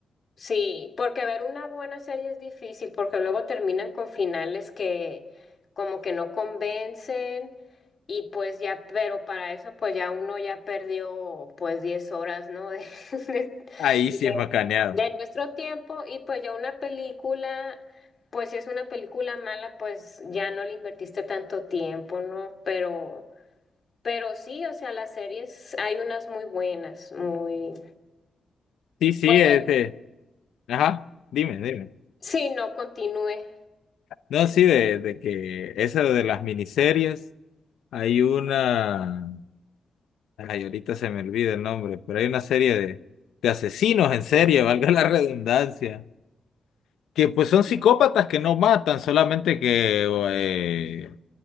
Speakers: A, on the left; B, on the left.
A: Sí, porque ver una buena serie es difícil, porque luego terminan con finales que como que no convencen y pues ya, pero para eso pues ya uno ya perdió pues 10 horas, ¿no? De, <laughs> de-
B: ahí
A: de-
B: sí es macaneado.
A: de nuestro tiempo y pues ya una película, pues si es una película mala, pues ya no le invertiste tanto tiempo, ¿no? Pero, pero sí, o sea, las series hay unas muy buenas, muy,
B: Sí, sí,
A: pues
B: este.
A: de-
B: Ajá, dime, dime.
A: sí, no continúe.
B: No, sí, de, de que eso de las miniseries, hay una. Ay, ahorita se me olvida el nombre, pero hay una serie de, de asesinos en serie, <laughs> valga la redundancia que pues son psicópatas que no matan, solamente que, eh,